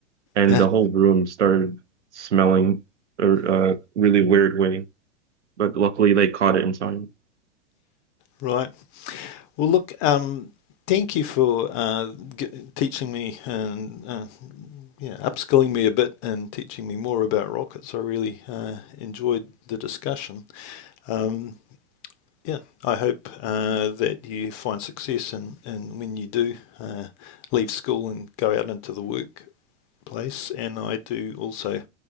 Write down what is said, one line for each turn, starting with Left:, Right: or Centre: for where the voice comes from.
Right: and
Left: <laughs> Ah,
Right: the whole room started smelling a, a really weird way. But luckily, they caught it in time.
Left: right. Well, look, um, thank you for uh, g- teaching me and uh, yeah, upskilling me a bit and teaching me more about rockets. I really uh, enjoyed the discussion. Um, yeah, I hope uh, that you find success, and and when you do, uh, leave school and go out into the workplace. And I do also